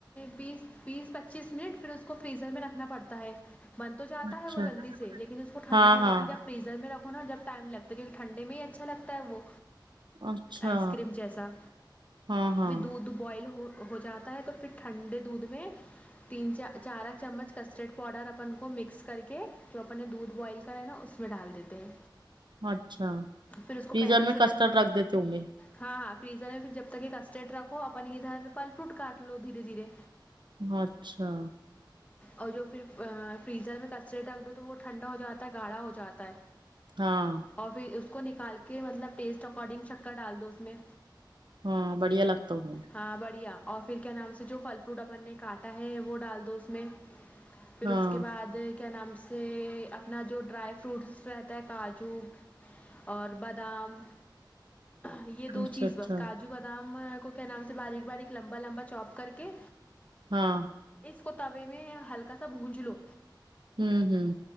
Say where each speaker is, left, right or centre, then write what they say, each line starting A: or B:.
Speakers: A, on the left (about 20°); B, on the right (about 70°).
A: بیس بیس پچیس منٹ پھر اس کو فریزر میں رکھنا پڑتا ہے بند تو ج ہے
B: اچھا
A: وہ جلدی سے لیکن اس کو ھنڈا
B: ہاں
A: ہونے
B: ہاں
A: کے لیےاب فریزر میں رکھو جب ٹائم لگتا ہے کیونک ٹھنڈے میں ہی اچھا لگتا ہے وہ
B: اچھا
A: ائس کریم جیسا
B: ہاں ہاں
A: بھی دھ بوائل ہو ہو جاتا ہے تو پھر ٹھنڈے دودھ میں تین چا چار چمچ کسٹرڈ پاؤڈر اپن کو مکس کر کے جو اپ نے دودھ بوائل کرا ہے نا اس میں ڈال دیتے ہیں
B: اچھا
A: پھر اس کو
B: فریزر
A: پین
B: میں
A: سے
B: کسٹرڈ رکھ دیتے ہوں گے
A: ہاں ہاں فریزر میں پھر جب تک یہ کسٹرڈ رکھو اپن ادھر پھل فروٹ کاٹ لو دھیرے دھیرے
B: اچھا
A: اور جو پھر فریزر میں کسرڈ رکھ دو تو وہ ٹھنڈا ہو جاتا ہے گاڑھا ہو جاتا ہے
B: ہاں
A: اور پھر اس کو نکال کے مطلب ٹیسٹ اکارڈنگ شکرڈال دو اس میں
B: ہاں بڑھیا لگتا وہ
A: ہاں بڑھیا اور پھر کیا نام سے جو پھل فروٹ اپن نے کاٹا ہے وہ ڈال دو اس میں پھر
B: ہاں
A: اس کے بعد کیا نام سے اپنا جو ڈرائی فروٹس رہتا ہے کاجو اور بادام یہ دو
B: اچھا
A: چیز
B: اچھا
A: بس کاجو بادام کو کیا نام سے باریک باریک لمبا لما چوپ کر کے
B: ہاں
A: اس کو توے میں ہلکا سا بونجھ لو
B: ہوں ہوں